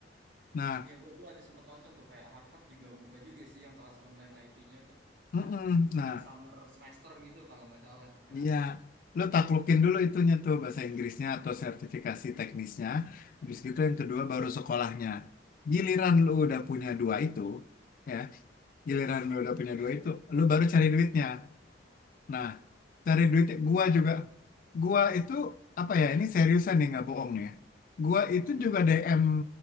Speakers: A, on the left; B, on the right.
A: Nah,
B: Iya, gua gua ada sempat nonton tuh kayak Harvard juga buka juga sih yang kelas online IT-nya tuh
A: mm-mm. Nah,
B: kayak summer semester gitu kalau nggak salah ya.
A: Iya, lu taklukin dulu itunya tuh bahasa Inggrisnya atau sertifikasi teknisnya. Habis gitu yang kedua
B: Mm-mm.
A: baru sekolahnya. Giliran lu udah punya dua itu, ya, giliran lu udah punya
B: Iya,
A: dua itu, lu baru cari duitnya. Nah, cari duit
B: gimana
A: gua juga.
B: tuh?
A: Gua itu apa ya? Ini seriusan nih nggak bohong nih ya. Gua
B: Heeh.
A: itu juga DM